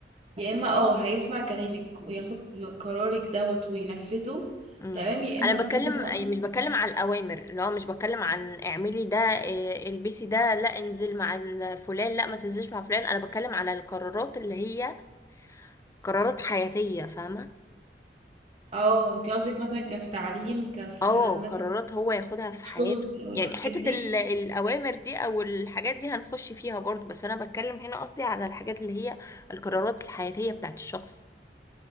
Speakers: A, on the right; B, on the left.
A: يا اما اه هيسمع كلامك وياخد قرارك دوت وينفذه
B: امم
A: تمام يا اما
B: انا
A: بجد
B: بتكلم
A: بقى
B: أي-
A: مش
B: مش بتكلم
A: عارف.
B: عن الاوامر اللي هو مش بتكلم عن اعملي ده إيه، البسي ده لا انزل مع ال- فلان لا ما تنزلش مع فلان انا بتكلم على القرارات اللي هي قرارات حياتية فاهمة
A: اه انتي قصدك مثلا كف تعليم كف
B: اه
A: مثلا
B: قرارات هو ياخدها في حياته
A: شغل او
B: يعني
A: الحاجات
B: حتة
A: دي
B: ال- الأوامر دي أو الحاجات دي هنخش فيها برضو بس أنا بتكلم هنا قصدي على الحاجات اللي هي القرارات الحياتية بتاعت الشخص